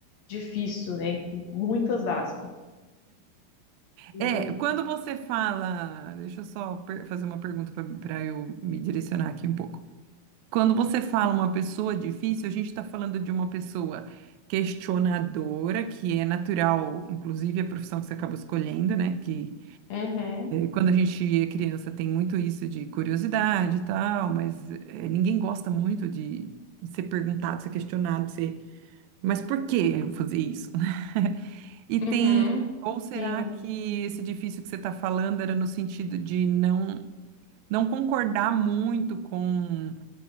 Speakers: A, on the left; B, on the right.
A: difícil, né? Entre muitas aspas. E...
B: É, quando você fala, deixa eu só per- fazer uma pergunta para eu me direcionar aqui um pouco. Quando você fala uma pessoa difícil, a gente está falando de uma pessoa questionadora, que é natural, inclusive a profissão que você acaba escolhendo, né? Que
A: Uhum,
B: Quando a gente é criança, tem muito isso de curiosidade e tal, mas eh, ninguém gosta muito de, de ser perguntado, ser questionado, ser, mas por que eu fazer isso? <laughs> E
A: uhum,
B: tem, ou será
A: sim.
B: que esse difícil que você está falando era no sentido de não, não concordar muito com